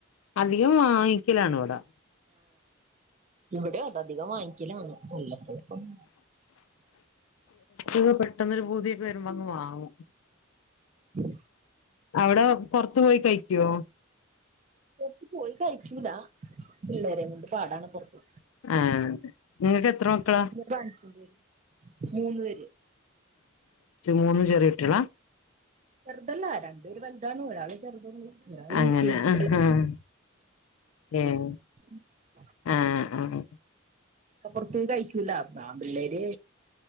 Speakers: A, on the left; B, on the right.
A: അധികം വാങ്ങിക്കലാണ് ഇവിടെ
B: ഇവിടെ അതികം വാങ്ങിക്കലാണ് വല്ലപ്പോഴും
A: എ പെട്ടെന്നരു പൂതിയൊക്കെ വരുമ്പോ അങ്ങ് വാങ്ങും
B: ഉം
A: അവിടെ പൊറത്തു പോയി കഴിക്കുവോ
B: എട്ട പോയി കഴിച്ചൂല പിള്ളേരെയും കൊണ്ട് പാടാണ് പുറത്ത്
A: ആഹ് നിങ്ങക്ക് എത്ര മക്കളാ
B: കാണിച്ചണ്ട മൂന്ന് പേര്
A: മൂന്നും ചെറിയ കുട്ടികള
B: ചെറുതല്ല രണ്ടുപേര് വലുതാണ് ഒരാൾ ചെറുതു ഒരാൾ
A: അങ്ങനെ
B: ഉ കെ ജി
A: ആഹ്
B: അല്ലേ
A: ഏഹ്
B: <unintelligible>
A: ആഹ് ആഹ്
B: ഒക്കെ പുറത്ത് പോയി കഴിക്കൂല പിള്ളേര്